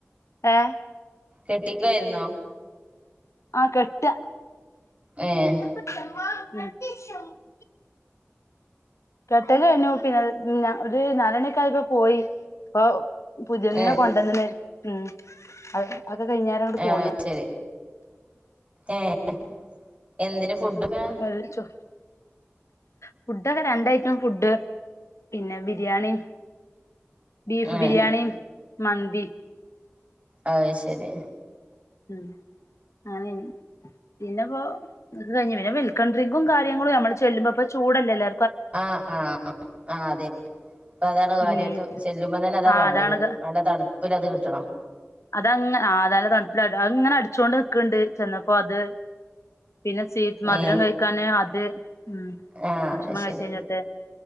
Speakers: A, on the left (about 80°); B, on the right (about 25°).
A: ഏഹ്
B: കെട്ടിക്കായിരുന്നോ
A: ആഹ് കെട്ടുക
B: ഏഹ്
A: <unintelligible> കെട്ടല് എന്നഞ്ഞ പിന്നെ ഒരു നാലണക്കായ്പ പോയി അപ്പൊ പുതിയതിനനെ
B: ഏഹ്
A: കൊണ്ടന്നന്നെ ഉം അത് കഴിഞ്ഞങ്
B: ആഹ്
A: പോണു
B: അത് ശരി ഏഹ് എന്തിന് ഫുഡൊക്കെ?
A: അയിൽച്ചോ ഫുഡൊക്കെ രണ്ടഐറ്റം ഫുഡ് പിന്നെ ബിരിയാണി ബീഫ്
B: ഏഹ്
A: ബിരിയാണി മന്തി
B: അഹ് ശെരി
A: ഉം ആനേ പിന്നെപ്പോ ത് കഴിഞ്ഞ വേ വെൽക്കൺ ഡ്രിങ്കും കാര്യങ്ങളും അമ്മള് ചെല്ലുമ്പോപ്പോ ചൂടല്ലേ എല്ലാ
B: ആഹ് ആഹ് ആഹ് അതെ ഇപ്പ അതാണ് കാര്യായിട്ട്
A: ഉം
B: ചെല്ലുമ്പ തന്നെ അതാ
A: ആ
B: വേണ്ടത്
A: അതാണ്
B: നല്ല തണുപ്പിൽ അത് കിട്ടണം.
A: അതങ് ആഹ് തല്ല തണുപ്പില അഹ്ങ്ങനെ അടിച്ചോണ്ട് നിക്ണ്ട് ചെന്നപ്പോ അത് പിന്നെ സീ മധുരം
B: ഏ
A: കഴിക്കാന് അത് ഉം
B: ആഹ്
A: ഭക്ഷണം
B: അത് ശരി
A: കഴിച്ചഴിഞ്ഞിട്ട്